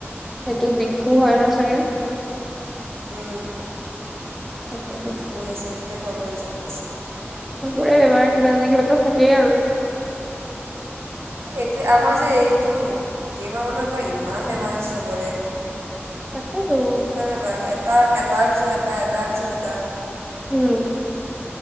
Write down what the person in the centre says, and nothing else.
সেইটো বিখু হয় ন' চাগে?
তাকেতো
চবৰে বেমাৰ কিবা নহয় কিবাটো থাকেই আৰু।
তাকেতো
হম।